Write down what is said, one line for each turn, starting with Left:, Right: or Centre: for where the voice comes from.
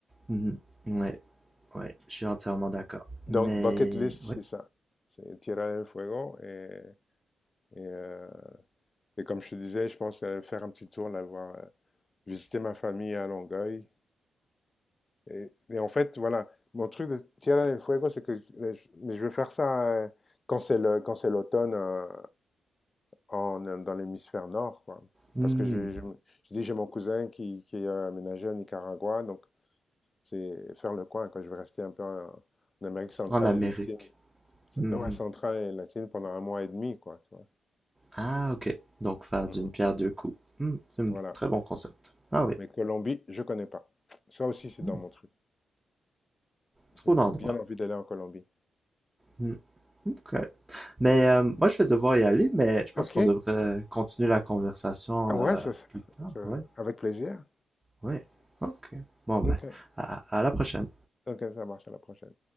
Right: Mhm. Ouais, ouais, je suis entièrement d'accord.
Left: Donc,
Right: Mais
Left: bucket list,
Right: oui,
Left: c'est ça. C'est Tierra del fuego. Et, et, euh, et comme je te disais, je pense euh, faire un petit tour, là, voir, euh, visiter ma famille à Longueuil, Et, et en fait, voilà, mon truc de Tierra del Fuego, c'est que mais je veux faire ça euh, quand c'est le, quand c'est l'automne euh, en, dans l'hémisphère nord, quoi.
Right: Hmm,
Left: Parce que je, je, je dis, j'ai mon cousin qui, qui est aménagé au Nicaragua, donc c'est faire le coin, quand je vais rester un peu en, en Amérique centrale
Right: En Amérique.
Left: et latine.
Right: Mhm.
Left: Ouais, centrale et latine pendant un mois et demi, quoi, tu vois.
Right: Ah, ok. Donc faire
Left: Mm,
Right: d'une
Left: mm.
Right: pierre deux coups. Hmm, C'est un
Left: Voilà.
Right: très bon concept. Ah oui.
Left: Mais Colombie, je connais pas. Ça aussi, c'est
Right: Hmm,
Left: dans mon truc. J'ai
Right: Trop
Left: bien
Right: d'endroits.
Left: envie d'aller en Colombie.
Right: Hmm. OK. Mais euh, moi, je vais devoir y aller, mais je pense
Left: Ok.
Right: qu'on devrait continuer la conversation
Left: Ouais,
Right: euh,
Left: ça, ça-
Right: plus tard.
Left: ça-
Right: Oui,
Left: avec plaisir.
Right: oui. OK. Bon, ben,
Left: Ok.
Right: à à la prochaine.
Left: OK, ça marche, à la prochaine.